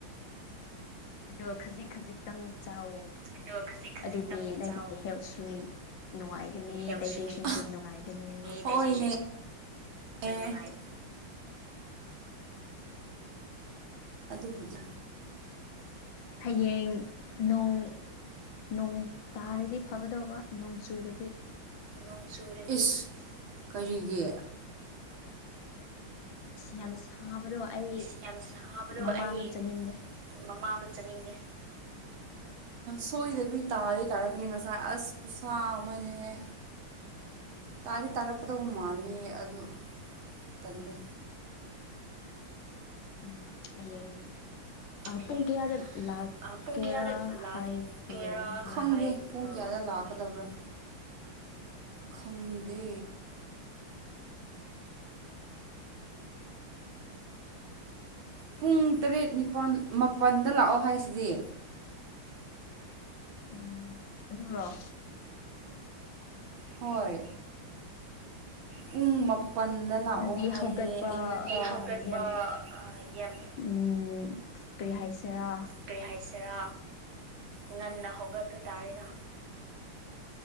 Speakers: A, on the left; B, on the right.
A: ꯑ ꯈꯖꯤꯛ ꯈꯖꯤꯛꯇꯪ ꯆꯥꯎ
B: ꯑꯗꯣ ꯈꯖꯤꯛ ꯈꯖꯤꯛꯇꯪ
A: ꯑꯗꯨꯗꯤ ꯅꯪꯒꯤ
B: ꯆꯥꯎꯋꯣ
A: ꯍꯦꯜꯠꯁꯨ ꯅꯨꯡꯉꯥꯏꯒꯅꯤ
B: ꯍꯦꯜꯠ
A: ꯗꯥꯏꯖꯦꯁꯟꯁꯨ
B: ꯁꯨꯏ
A: ꯅꯨꯡꯉꯥꯏꯒꯅꯤ
B: ꯗꯥꯏꯖꯦꯁꯟꯁꯨ ꯅꯨꯡꯉꯥꯏ ꯑꯗꯨꯕꯨꯗꯤ
A: ꯍꯌꯦꯡ ꯅꯣꯡ ꯅꯣꯡ ꯇꯥꯔꯗꯤ ꯐꯒꯗꯧꯕ ꯅꯣꯡ ꯆꯨꯔꯗꯤ
B: ꯣꯡ ꯆꯦ ꯏꯁ ꯀꯔꯤꯒꯤ
A: ꯌꯥꯝ ꯁꯥꯕꯗꯣ ꯑꯩ
B: ꯏꯁ ꯌꯥꯝ ꯁꯥꯕꯗꯣ
A: ꯃꯃꯥꯡꯗ
B: ꯑꯩ
A: ꯆꯠꯅꯤꯡꯗꯦ
B: ꯃꯃꯥꯡꯗ ꯆꯠꯅꯤꯡꯒꯦ ꯁꯣꯏꯗꯕꯤ ꯇꯥꯗ ꯇꯥꯔꯛꯀꯅꯤ ꯉꯁꯥꯏ ꯑꯁ ꯈꯨꯠꯁꯥ ꯑꯃꯅꯦꯍꯦ ꯇꯥꯗꯤ ꯇꯥꯔꯛꯄꯗꯕꯨ ꯃꯥꯜꯂꯤ ꯑꯗꯨ ꯇꯜꯂ
A: ꯎꯝ ꯍꯌꯦ
B: ꯍꯌꯦꯡ
A: ꯄꯨꯡ ꯀꯌꯥꯗ ꯂꯥꯛꯀꯦꯔꯥ
B: ꯑ ꯄꯨꯡ ꯀꯌꯥꯗ ꯂꯥꯛꯀꯦꯔꯥ
A: ꯍꯥꯏꯕ꯭ꯔꯣ ꯅꯣꯏ
B: ꯈꯪꯗꯦ ꯄꯨꯡ ꯀꯌꯥꯗ ꯂꯥꯛꯀꯗꯕ꯭ꯔꯣ ꯈꯪꯗꯦ ꯄꯨꯡ ꯇꯔꯦꯠ ꯅꯤꯄꯥꯜ ꯃꯥꯄꯜꯗ ꯂꯥꯛꯑꯣ ꯍꯥꯏꯁꯤꯗꯤ
A: ꯎ
B: ꯍꯣꯏ ꯄꯨꯡ ꯄꯟꯗ ꯂꯥꯛꯑꯣ
A: ꯑꯗꯨꯗꯤ
B: ꯍꯥꯏꯌꯦꯦ
A: ꯍꯧꯒꯠꯄ
B: ꯑꯌꯨꯛꯇꯠꯄ
A: ꯌꯥꯝ
B: ꯌꯥꯝ
A: ꯎꯝ ꯀꯔꯤ ꯍꯥꯏꯁꯔꯥ
B: ꯀꯔꯤ ꯍꯥꯏꯁꯤꯔꯥ ꯉꯟꯅ ꯍꯧꯒꯠꯄ ꯇꯥꯔꯦꯔ